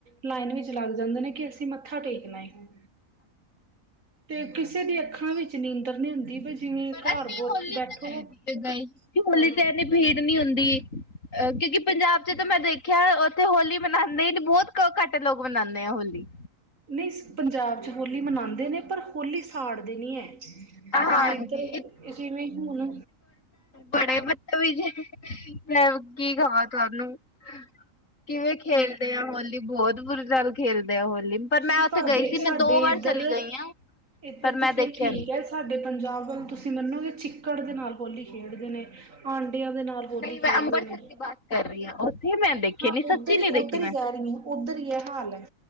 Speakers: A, on the right (about 75°); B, on the left (about 75°).
A: ਲਾਈਨ ਵਿੱਚ ਲੱਗ ਜਾਂਦੇ ਨੇ ਕਿ ਅਸੀਂ ਮੱਥਾ ਟੇਕਣਾ ਏ ਤੇ ਕਿਸੇ ਦੀ ਅੱਖਾਂ ਵਿੱਚ ਨੀਂਦਰ ਨੀ ਹੁੰਦੀ ਬ ਜਿਵੇਂ
B: ਪਰ
A: ਘਰ
B: ਅਸੀਂ ਹੋਲੀ
A: ਬੈਠੋ
B: ਤੇ ਗਏ ਸੀ ਗਏ ਸੀ
A: ਹਾਂ
B: ਹੋਲੀ
A: ਹਮ
B: ਚ ਇੰਨੀ ਭੀੜ ਨਹੀਂ ਹੁੰਦੀ। ਅ ਕਿਉਂਕਿ ਪੰਜਾਬ ਚ ਤਾਂ ਮੈਂ ਦੇਖਿਆ ਉੱਥੇ ਹੋਲੀ ਮਨਾਂਦੇ ਬਹੁਤ ਘੱਟ ਲੋਕ ਮਨਾਂਦੇ ਆ ਹੋਲੀ
A: ਨਹੀਂ ਪੰਜਾਬ 'ਚ ਹੋਲੀ ਮਨਾਂਦੇ ਨੇ ਪਰ ਹੋਲੀ ਸਾੜਦੇ ਨਹੀਂ ਹੈ।
B: ਹਾਂਜੀ
A: ਜਿਵੇਂ ਇਦਰ ਜਿਵੇਂ ਹੁਣ
B: ਬੜਾ ਹੀ ਮਤਲਬ ਜੇ <unintelligible> ਮੈਂ ਕੀ ਕਵਾਂ ਤੁਹਾਨੂੰ ਕਿਵੇਂ ਖੇਲਦੇ ਆ ਹੋਲੀ ਬੋਤ ਬੁੁਰੀ ਨਾਲ ਖੇਲਦੇ ਆ ਹੋਲੀ ਪਰ
A: ਚਲੋ
B: ਮੈਂ ਉੱਥੇ
A: ਤੁਹਾਡੇ
B: ਗਈ ਸੀ,
A: ਸਾਡੇ
B: ਮੈਂ ਦੋ ਵਾਰ
A: ਇੱਧਰ
B: ਚਲੀ ਗਈ ਆਂ,
A: ਇੱਧਰ
B: ਪਰ
A: ਤੇ
B: ਮੈਂ
A: ਫਿਰ
B: ਦੇਖਿਆ
A: ਠੀਕ
B: ਨੀ।
A: ਹੈ ਸਾਡੇ ਪੰਜਾਬ ਵੱਲ ਤੁਸੀਂ ਮੰਨੋਗੇ ਚਿੱਕੜ ਦੇ ਨਾਲ ਹੋਲੀ ਖੇਡਦੇ ਨੇ, ਆਂਡਿਆਂ ਦੇ ਨਾਲ। ਹੋਲੀ
B: ਨਹੀਂ
A: ਖੇਲਦੇ
B: ਮੈਂ ਅੰਮ੍ਰਿਤਸਰ
A: ਨਈ,
B: ਦੀ ਬਾਤ ਕਰ ਰਹੀ ਹਾਂ ਉੱਥੇ ਮੈਂ ਦੇਖੇ
A: ਹਾਂ
B: ਨੀ ਸੱਚੀ
A: ਉੱਧਰ ਹੀ
B: ਨੀ ਦੇਖੀ
A: ਉੱਧਰ ਹੀ
B: ਮੈਂ
A: ਕਹਿ ਰਹੀ ਆਂ। ਉੱਧਰ ਈ ਐ ਹਾਲ ਐ,